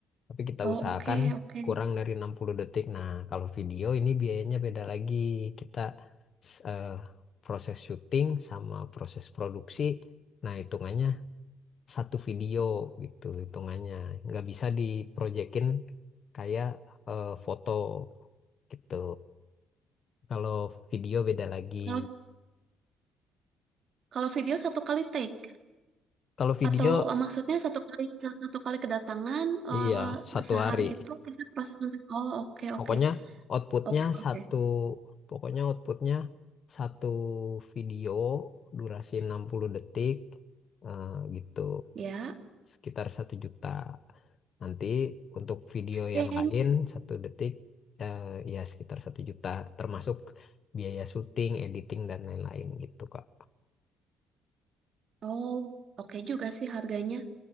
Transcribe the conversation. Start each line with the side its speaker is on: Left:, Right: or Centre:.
Left: Tapi kita
Right: Oh,
Left: usahakan
Right: oke, oke.
Left: kurang dari 60 detik. Nah, kalau video ini biayanya beda lagi. Kita s- eh, proses syuting sama proses produksi. Nah, hitungannya satu video gitu hitungannya nggak bisa diprojekin kayak eh, foto gitu kalau video beda lagi
Right: Kalau kalau video satu kali take
Left: kalau video
Right: atau eh, maksudnya satu kali satu kali kedatangan eh,
Left: iya satu
Right: sehari
Left: hari
Right: itu kita proses. Oh, oke,
Left: Pokoknya
Right: oke.
Left: outputnya
Right: Oke, oke.
Left: satu, pokoknya outputnya satu video durasi 60 detik eh, gitu,
Right: Ya.
Left: sekitar satu juta. Nanti untuk video
Right: Kayak,
Left: yang lain satu detik eh, ya sekitar satu juta, termasuk biaya syuting, editing dan lain-lain gitu Kak.
Right: oh, oke juga sih harganya.